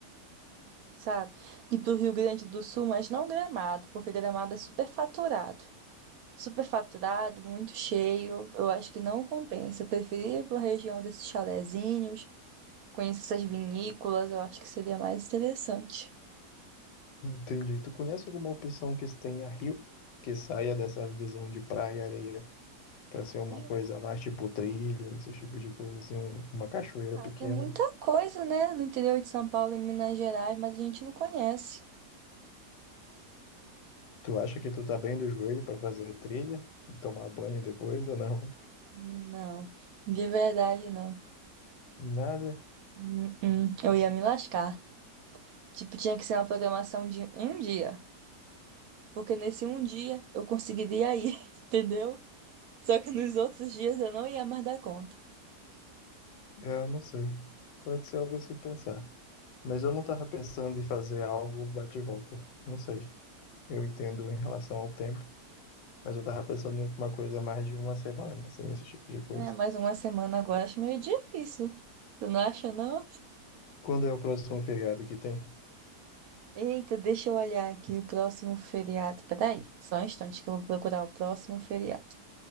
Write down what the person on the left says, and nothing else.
Entendi. Tu conhece alguma opção que tenha rio, que saia dessa visão de praia e areia, para ser uma
coisa mais tipo trilha, esse tipo de coisa, assim, um- uma cachoeira
pequena?
Tu acha que tu tá bem do joelho para fazer trilha e tomar banho depois ou não?
Nada?
Ah, não sei. Pode ser algo a se pensar. Mas eu não tava pensando em fazer algo bate e volta. Não sei. Eu entendo em relação ao tempo, mas eu tava pensando em uma coisa mais de uma semana, assim, esse tipo de coisa.
Quando é o próximo feriado que tem?